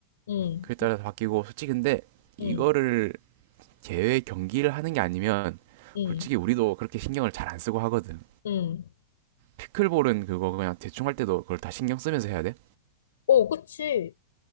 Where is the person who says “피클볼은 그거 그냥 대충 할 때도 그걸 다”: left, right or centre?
Right